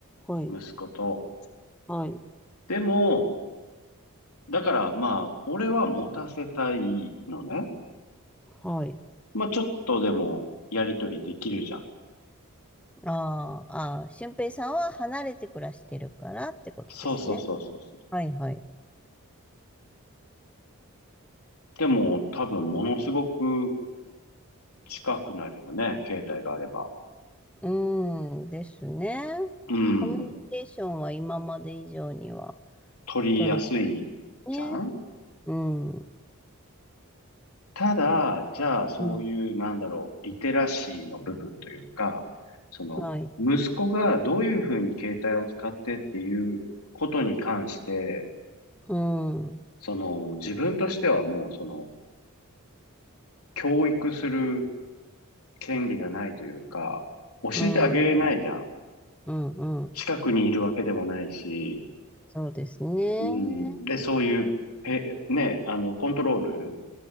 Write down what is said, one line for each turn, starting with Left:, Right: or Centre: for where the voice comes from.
Centre: はい、
Left: 息子と。
Centre: はい、
Left: でも、だからまあ、俺は持たせたいのね。
Centre: はい。
Left: まあ、ちょっとでも、やりとりできるじゃん。
Centre: あーあー、俊平さんは離れて暮らしてるからってことですね。
Left: そうそうそうそうそう。
Centre: はい、はい。
Left: でも、多分、ものすごく近くなるよね、携帯があれば。
Centre: うんですね。
Left: うん、
Centre: コミュニケーションは今まで以上には
Left: 取りやすいじゃん
Centre: 取れそうですね。うん。
Left: ただ、じゃあ、そういう、
Centre: うん。
Left: なんだろう、リテラシーの部分というか、その、
Centre: はい。
Left: 息子がどういうふうに携帯を使ってっていうことに関して、
Centre: うん。う
Left: その、自分としてはもう、その、教育する権利がないというか、教えてあげれないじゃん。
Centre: ん。うん。うん。
Left: 近くにいるわけでもないし、
Centre: そうですね。
Left: うん。で、そういうペ、ね、あの、コントロール、